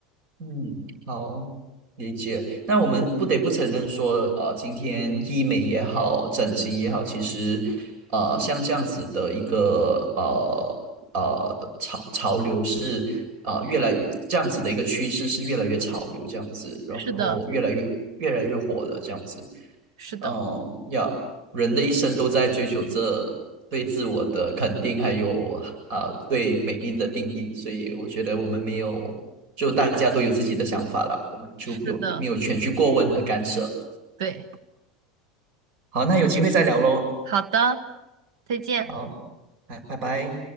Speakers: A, on the right; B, on the right.
A: 嗯，好，理解。那我们不得不承认说，呃，今天医美也好，整形也好，其实，呃，像这样子的一个呃呃潮潮流是啊、呃越来越这样子的一个趋势是越来越潮流这样子，然后越来越越来越火的这样子。
B: 是的，是的，
A: 嗯，要人的一生都在追求着对自我的肯定，还有啊、对美丽的定义，所以我觉得我们没有，就大家都有自己的想法啦，我们就有没有权去过问和干涉。
B: 是的，对，
A: 好，那有机会再聊喽。
B: 好的，再见。
A: 好，拜拜拜。